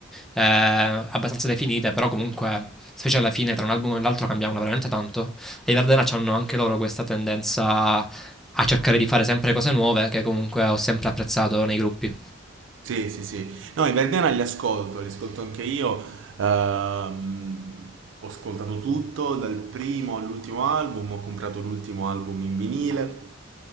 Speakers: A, in the centre; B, on the right (about 70°).
A: eh, abbastanza definite, però comunque, specie alla fine, tra un album e l'altro cambiavano veramente tanto. E i Verdena hanno anche loro questa tendenza a cercare di fare sempre cose nuove, che comunque ho sempre apprezzato nei gruppi,
B: Sì, sì, sì. No, i Verdena li ascolto, li ascolto anche io. Ehm, ho ascoltato tutto, dal primo all'ultimo album, ho comprato l'ultimo album in vinile.